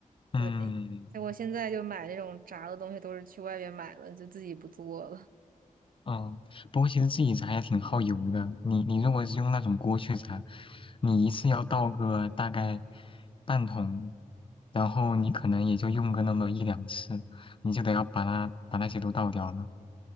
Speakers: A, on the left; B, on the right.
A: 嗯，
B: 对，我现在就买那种炸的东西，都是去外边买了，就自己不做了。
A: 嗯，不过其实自己炸也挺耗油的。你你如果是用那种锅去炸，你一次要倒个大概半桶，然后你可能也就用个那么一两次，你就得要把它把那些都倒掉了。